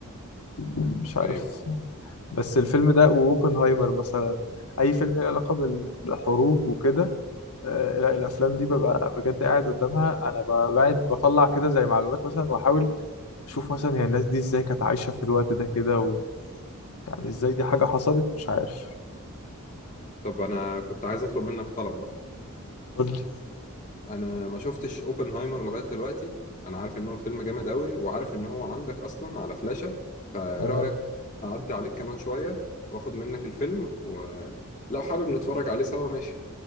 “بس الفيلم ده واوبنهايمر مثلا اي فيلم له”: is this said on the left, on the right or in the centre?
Left